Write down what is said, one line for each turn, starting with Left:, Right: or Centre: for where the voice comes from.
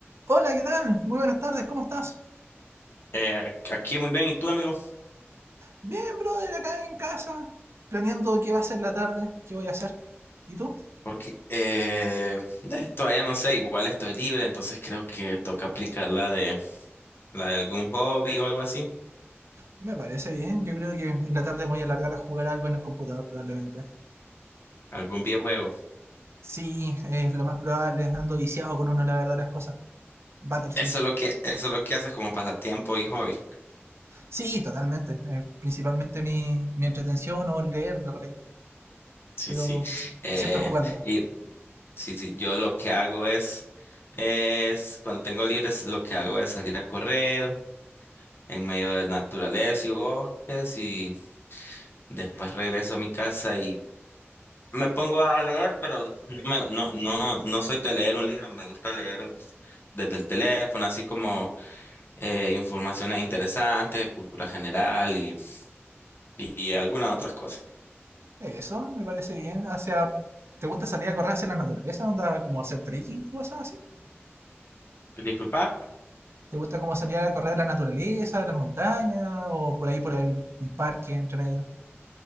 Right: Hola, ¿qué tal? Muy buenas tardes, ¿cómo estás?
Left: Eh, aquí muy bien, ¿y tú, amigo?
Right: Bien, brother, acá en casa, planeando qué va a ser la tarde, qué voy a hacer. ¿Y tú?
Left: Porque eh, de- todavía no sé, igual estoy libre, entonces creo que toca aplicar la de la de algún hobby o algo así,
Right: Me parece bien, yo creo que en la tarde me voy a alargar a jugar algo en el computador probablemente.
Left: algún videojuego.
Right: Sí, es lo más probable, ando viciado con uno, la verdad, las cosas. Battlefield.
Left: Eso es lo que eso es lo que haces como pasatiempo y hobby.
Right: Sí, totalmente, eh, principalmente mi, mi entretención o leer de repente,
Left: Sí,
Right: pero
Left: sí.
Right: pues,
Left: Eh,
Right: siempre jugando.
Left: y sí, sí, yo lo que hago es es cuando tengo libres lo que hago es salir a correr en medio de la naturaleza y bosques y después regreso a mi casa Me pongo a leer, pero yo me- no, no, no soy de leer un libro, me gusta leer desde el teléfono, así como eh, informaciones interesantes, cultura general y, y, y algunas otras cosas.
Right: Eso, me parece bien, hacia... ¿Te gusta salir a correr hacia la naturaleza? ¿Onda como hacer trekking, cosas así?
Left: Disculpa.
Right: ¿Te gusta como salir a correr a la naturaleza, a las montañas o por ahí, por ahí, un parque entre medio?